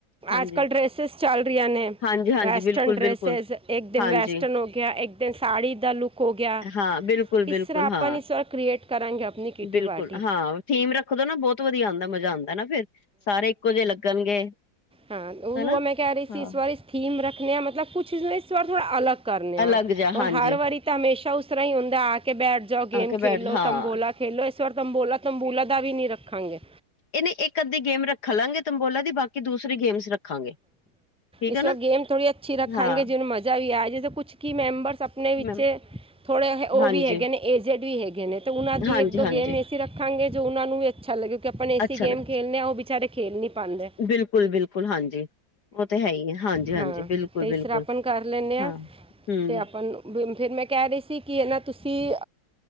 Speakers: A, on the left; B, in the centre.
A: ਹਾਂਜੀ,
B: ਅੱਜ ਕੱਲ ਡ੍ਰੈਸਿਸ ਚੱਲ ਰਹੀਆਂ ਨੇ।
A: ਹਾਂਜੀ, ਹਾਂਜੀ
B: ਵੈਸਟਰਨ
A: ਬਿਲਕੁਲ,
B: ਡ੍ਰੈਸਿਸ
A: ਬਿਲਕੁਲ
B: ਇੱਕ ਦਿਨ
A: ਹਾਂਜੀ
B: ਵੈਸਟਰਨ ਹੋ ਗਿਆ ਇੱਕ ਦਿਨ ਸਾੜੀ ਦਾ ਲੁੱਕ ਹੋ ਗਿਆ।
A: ਹਾਂ ਬਿਲਕੁਲ ਬਿਲਕੁਲ
B: ਇਸ ਤਰ੍ਹਾਂ ਆਪਾਂ
A: ਹਾਂ
B: ਇਸ ਵਾਰ ਕ੍ਰੀਏਟ ਕਰਾਂਗੇ ਆਪਣੀ ਕਿਟੀ
A: ਬਿਲਕੁਲ
B: ਪਾਰਟੀ
A: ਹਾਂ ਥੀਮ ਰੱਖਦੋ ਨਾ ਬਹੁਤ ਵਧੀਆ ਆਉਂ। ਦਾ ਮਜ਼ਾ ਆਉਂਦਾ ਨਾ ਫੇਰ ਸਾਰੇ ਇੱਕੋ ਜੇ ਲੱਗਣਗੇ।
B: ਹਾਂ
A: ਹਨਾ
B: ਮੈਂ ਕਹਿ ਰਹੀ
A: ਹਾਂ
B: ਸੀ ਇਸ ਵਾਰ ਇਸ ਥੀਮ ਰੱਖਣੇ ਆ ਮਤਲਬ ਕੁਛ ਇਸ ਵਾਰ ਥੋੜ੍ਹਾ ਅਲਗ। ਕਰਨੇਆ
A: ਅਲੱਗ ਜਾ
B: ਔਰ
A: ਹਾਂਜੀ
B: ਹਰ ਵਾਰੀ ਤਾਂ ਹਮੇਸ਼ਾ ਉਸ ਤਰਾ ਹੀ। ਆ ਕੇ ਬੈਠ ਜਾਓ ਗੇਮ
A: ਆ ਕੇ
B: ਖੇਲੋ
A: ਬੈਠ ਹਾਂ
B: ਤੰਬੋਲਾ ਖੇਲੋ ਇਸ ਵਾਰ ਤੰਬੋਲਾ ਤੰਬੂਲਾ ਦਾ ਵੀ ਨੀ ਰੱਖਾਂਗੇ।
A: ਇਹਨੇ ਇੱਕ ਅੱਧੀ ਗੇਮ ਰੱਖ ਲਾਂਗੇ ਤੰਬੋਲਾ ਦੀ ਬਾਕੀ ਦੂਸਰੀ ਗੇਮਸ ਰੱਖਾਂਗੇ। ਠੀਕ
B: ਇਸ
A: ਹੈ ਨਾ
B: ਵਾਰ ਗੇਮ ਥੋੜੀ ਅੱਛੀ ਰੱਖਾਂਂਗੇ
A: ਹਾਂ
B: ਜਿਨੂੰ ਮਜ਼ਾ। ਵੀ ਆ ਜ ਕੁਛ ਕੀ ਮੈਂਬਰਸ ਆਪਣੇ ਵਿੱਚ
A: ਮੈਮ
B: ਥੋੜੇ ਉਹ
A: ਹਾਂਜੀ
B: ਵੀ ਹੈਗੇ ਨੇ ਏਜ਼ਡ ਵੀ ਹੈਗੇ ਨੇ। ਤੇ ਉਹਨਾਂ ਦੀ
A: ਹਾਂਜੀ
B: ਇੱਕ ਦੋ
A: ਹਾਂਜੀ
B: ਗੇਮ ਐਸੀ ਰੱਖਾਂਗੇ ਜੋ ਉਹਨਾਂ ਨੂੰ ਵੀ ਅੱਛਾ ਲਗੇ ਆਪਾਂ ਐਸੀ
A: ਅੱਛਾ
B: ਗੇਮ
A: ਲ
B: ਖੇਡਣੇ ਹਾਂ ਉਹ ਵਿਚਾਰੇ। ਖੇਲ ਨਹੀਂ ਪਾਉਂਦੇ
A: ਬਿਲਕੁਲ ਬਿਲਕੁਲ ਹਾਂਜੀ। ਉਹ ਤਾਂ ਹੈ ਹੀ ਆ ਹਾਂਜੀ ਹਾਂਜੀ
B: ਹਾਂ
A: ਬਿਲਕੁਲ
B: ਤੇ
A: ਬਿਲਕੁਲ
B: ਇਸ ਤਰ੍ਹਾਂ ਆਪਾਂ ਕਰ ਲੈਨੇ ਆ
A: ਹਾਂ ਹਮ।
B: ਤੇ ਆਪਾਂ ਨੂੰ- ਵੀ ਫਿਰ ਮੈਂ ਕਹਿ ਰਹੀ ਸੀ ਕਿ ਇਹ ਨਾ ਤੁਸੀਂ